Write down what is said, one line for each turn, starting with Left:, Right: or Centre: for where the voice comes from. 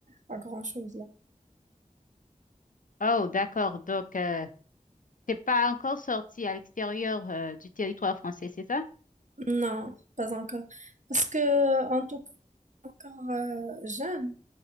Right: pas grand-chose là.
Left: Oh, d'accord. Donc, euh, C'est pas encore sorti à l'extérieur euh, du territoire français, c'est ça?
Right: Non, pas encore. Parce que, en tout cas, encore euh, jeune.